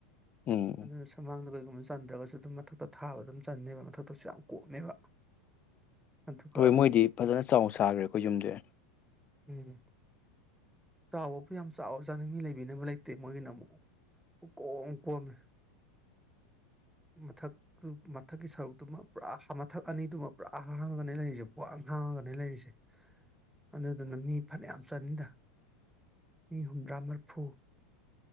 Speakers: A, on the left; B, in the centre.
A: ꯎꯝ
B: ꯑꯗꯨꯅ ꯁꯨꯝꯃꯥꯡꯗ ꯀꯩꯒꯨꯝꯕ ꯆꯟꯗ꯭ꯔꯒꯁꯨ ꯑꯗꯨꯝ ꯃꯊꯛꯇ ꯊꯥꯕ ꯑꯗꯨꯝ ꯆꯟꯅꯦꯕ ꯃꯊꯛꯇꯁꯨ ꯌꯥꯝ ꯀꯣꯝꯃꯦꯕ꯫ ꯑꯗꯨꯒ
A: ꯍꯣꯏ ꯃꯣꯏꯗꯤ ꯐꯖꯅ ꯆꯥꯎ ꯁꯥꯒ꯭ꯔꯦꯀꯣ ꯌꯨꯝꯖꯦ꯫
B: ꯎꯝ ꯆꯥꯎꯕꯕꯨ ꯌꯥꯝ ꯆꯥꯎꯔ ꯖꯥꯠꯅꯤ ꯃꯤ ꯂꯩꯕꯤꯅꯕ ꯂꯩꯇꯦ ꯃꯣꯏꯒꯤꯅ ꯑꯃꯨꯛ꯫ ꯄꯨꯀꯣꯝ ꯀꯣꯝꯃꯦ ꯃꯊꯛ ꯑꯗꯨ ꯃꯊꯛꯀꯤ ꯁꯔꯨꯛꯇꯨꯃ ꯄꯨꯔꯥ ꯍꯥ-ꯃꯊꯛ ꯑꯅꯤꯗꯨꯃ ꯄꯨꯔꯥ ꯍꯥꯡꯉꯒꯅꯦ ꯂꯩꯔꯤꯖꯦ ꯄꯨꯡꯍꯥꯡ ꯍꯥꯡꯉꯒꯅꯦ ꯂꯩꯔꯤꯖꯦ꯫ ꯑꯗꯨꯗꯨꯅ ꯃꯤ ꯐꯅꯌꯥꯝ ꯆꯟꯅꯤꯗ ꯃꯤ ꯍꯨꯝꯗ꯭ꯔꯥ ꯃꯔꯐꯨ